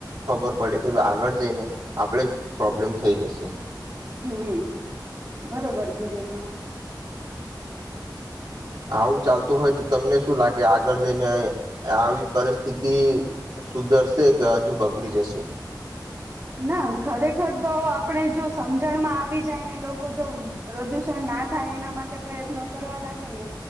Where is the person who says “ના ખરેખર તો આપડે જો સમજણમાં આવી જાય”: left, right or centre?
Right